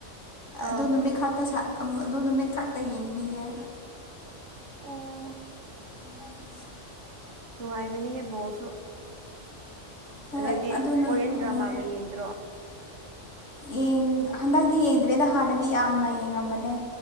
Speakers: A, on the right (about 75°); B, on the left (about 75°).
A: ꯑꯥꯎ
B: ꯑꯗꯨ ꯅꯨꯃꯤꯠ ꯈꯛꯇ ꯁꯥ <unintelligible> ꯑꯗꯨ ꯅꯨꯃꯤꯠ ꯈꯛꯇ ꯌꯦꯡꯕꯤꯌꯦ
A: ꯑꯣ
B: <inaudible>
A: <inaudible> ꯅꯨꯡꯉꯥꯏꯕꯅꯤꯍꯦ ꯕꯣꯜꯁꯨ
B: ꯍꯣꯏ
A: ꯑꯣꯏꯗꯤ
B: ꯑꯗꯨ ꯅꯨ
A: ꯀꯣꯔꯤꯌꯟ
B: ꯑꯣ
A: ꯗ꯭ꯔꯃꯥꯒ ꯌꯦꯡꯗ꯭ꯔꯣ
B: ꯌꯦꯡ ꯍꯟꯗꯛꯇꯤ ꯌꯦꯡꯗ꯭ꯔꯦꯗ ꯍꯥꯟꯅꯗꯤ ꯌꯥꯝꯅ ꯌꯦꯡꯉꯝꯕꯅꯦ